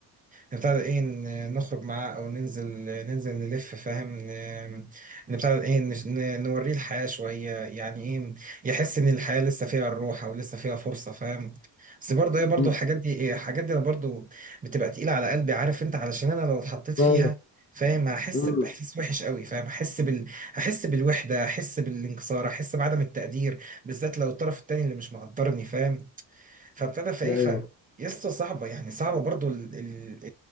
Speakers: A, on the right (about 20°); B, on the left (about 30°).
A: نبتدي ايه ن- نخرج معاه او ننزل ننزل نلف فاهم ن- نبتدي ايه نش- ن- نوريه الحياة شوية يعني ايه يحس ان الحياة لسه فيها الروح او لسه فيها فرصة فاهم بس برضه ايه برضه
B: امم
A: الحاجات دي ايه الحاجات دي برضه بتبقى تقيلة على قلبي عارف انت علشان انا لو اتحطيت فيها
B: آه.
A: فاهم هحس
B: امم
A: باحساس وحش قوي فاهم هحس بال هحس بالوحده هحس بالانكسار هحس بعدم التقدير بالذات لو الطرف التاني اللي مش مقدرني فاهم فابتدى في ايه
B: ايوه
A: ف يا اسطى صعبه يعني صعبه برضو ال... ال...